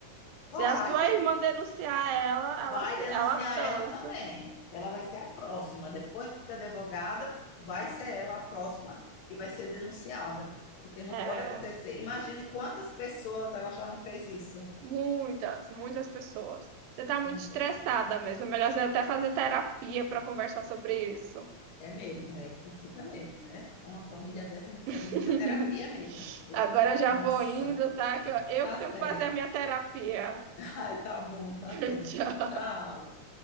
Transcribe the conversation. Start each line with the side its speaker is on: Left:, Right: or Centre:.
Left: Vai,
Right: Se a sua
Left: quem
Right: irmã denunciar ela, ela,
Left: vai
Right: se-
Left: denunciar
Right: ela dança.
Left: ela também. Ela vai ser a próxima. Depois da advogada, vai ser ela a próxima que vai ser denunciada. Porque não
Right: É,
Left: pode acontecer. Imagine quantas pessoas ela já não fez isso.
Right: muitas, muitas pessoas. Você tá muito
Left: Muitas
Right: estressada
Left: pessoas.
Right: mesmo. É melhor você até fazer terapia para conversar sobre isso.
Left: É mesmo, é, precisa mesmo, né? Uma família dessa, a gente precisa
Right: <laughs>
Left: de muita terapia mesmo, viu?
Right: Agora eu já
Left: Nossa,
Right: vou indo, tá? Que eu, eu
Left: tá
Right: que tenho
Left: certo.
Right: que fazer a minha terapia.
Left: <laughs> Ai, tá bom,
Right: <laughs>
Left: tá certo.
Right: Tchau.
Left: Tchau.